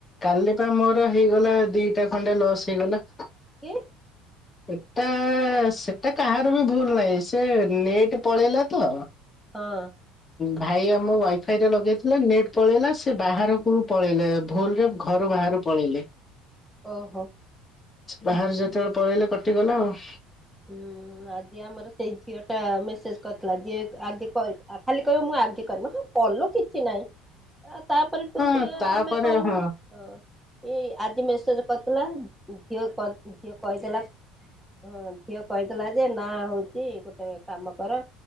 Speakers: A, on the left (about 25°); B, in the centre.
A: କାଲି ପା ମୋର ହେଇଗଲା ଦିଟା ଖଣ୍ଡେ ଲସ୍ ହେଇଗଲା।
B: କି?
A: ଏଟା ସେଟା କାହାର ବି ଭୁଲ ନାହିଁ ସେ ନେଟ୍ ପଳେଇଲା ତ।
B: ହଁ
A: ଭାଇ ଆମ ୱାଇଫାଇ ରେ ଲଗେଇଥିଲେ ନେଟ ପଳେଇଲା ସେ ବାହାରକୁ ପଳେଇଲେ ଭୁଲରେ ଘରୁ ବାହା ତାର ପଳେଇଲେ।
B: ଓହୋ।
A: ବାହାରେ ଯେତେବେଳେ ପଳେଇଲେ କଟିଗଲା ଆଉ।
B: ହୁଁ ଆଜି ଆମର ସେଇ ଝିଅ ଟା ମେସେଜ କରିଥିଲା ଯେ ଆଜି କ ଖାଲି କହିବ ମୁଁ ଆଗେ କରିବି କଲ କିଛି କିଛି ନାଇଁ ଆ ତାପରେ ତୁ
A: ହଁ
B: ଟିକେ
A: ତାପରେ
B: ଆମେ କରିବୁନି
A: ହଁ
B: ହଁ। ଏଇ ଆଜି ମେସେଜ କରିଥିଲା ଝିଅ ଝିଅ କହିଥିଲା ହଁ ଝିଅ କହିଦେଲା ଯେ ନା ହଉଛି ଗୋଟେ କାମ କର।